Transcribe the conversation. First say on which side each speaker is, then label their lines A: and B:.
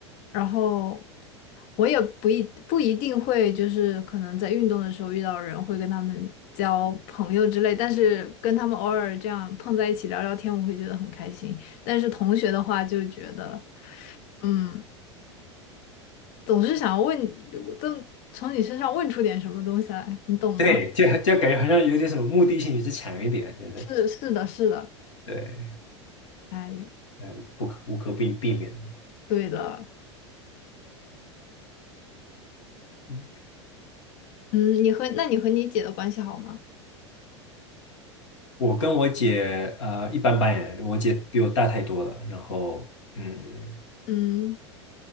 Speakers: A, on the left (about 55°); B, on the left (about 80°).
A: 然后我也不一不一定会，就是可能在运动的时候遇到人会跟他们交朋友之类，但是跟他们偶尔这样碰在一起聊聊天，我会觉得很开心。但是同学的话，就觉得嗯，总是想要问，从从你身上问出点什么东西来，你懂吗？
B: 对，
A: <laughs>
B: 就就感觉好像有点什么目的性就是强一点，对对
A: 是是的，是的，
B: 对，
A: 哎，
B: 呃，不可无可避避免。
A: 对的，
B: 嗯，
A: 嗯，你和那你和你姐的关系好吗？
B: 我跟我姐呃一般般耶，我姐比我大太多了，然后嗯。
A: 嗯。